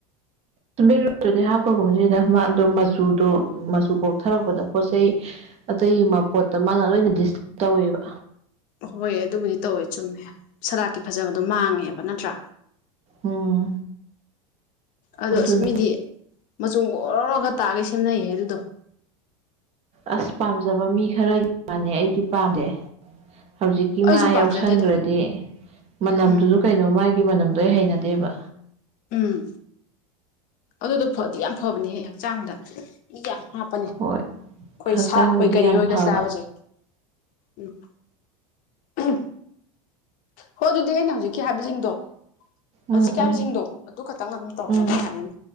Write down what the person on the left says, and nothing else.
ꯍꯣꯏ ꯑꯗꯨꯕꯨꯗꯤ ꯇꯧꯋꯦ ꯆꯨꯝꯃꯦ ꯁꯂꯥꯛꯀꯤ ꯐꯖꯕꯗꯣ ꯃꯥꯡꯉꯦꯕ ꯅꯠꯇ꯭ꯔꯥ
ꯑꯗꯣ
ꯑꯁ ꯃꯤꯗꯤ ꯃꯆꯨꯝ ꯑꯣꯔꯔꯣꯒ ꯇꯥꯒꯩ ꯁꯦꯝꯅꯩꯌꯦ ꯑꯗꯨꯗꯣ
ꯑꯩꯁꯨ
ꯄꯥꯝꯖꯗꯦꯗ
ꯎꯝ
ꯎꯝ ꯑꯗꯨꯗꯣ ꯐꯗꯤ ꯌꯥꯝ ꯐꯕꯅꯦꯍꯦ ꯍꯛꯆꯥꯡꯗ ꯏ ꯌꯥꯝ ꯍꯥꯞꯄꯅꯦ ꯑꯩꯈꯣꯏ
ꯁꯥꯛ ꯑꯣꯏ ꯀꯔꯤ
ꯑꯣꯏꯒ
ꯆꯥꯕꯖꯦ ꯎꯨ ꯑꯍꯥ ꯍꯣ ꯑꯗꯨꯗꯤ ꯑꯩꯅ ꯍꯧꯖꯤꯛꯀꯤ ꯍꯥꯏꯕꯖꯤꯡꯗꯣ
ꯍꯧꯖꯤꯛꯀꯤ
ꯍꯥꯏꯕꯖꯤꯡꯗꯣ ꯑꯗꯨ ꯈꯛꯇꯪ ꯑꯗꯨꯝ ꯇꯧꯔꯑꯣꯅꯦ
ꯌꯥꯔꯦꯅꯦ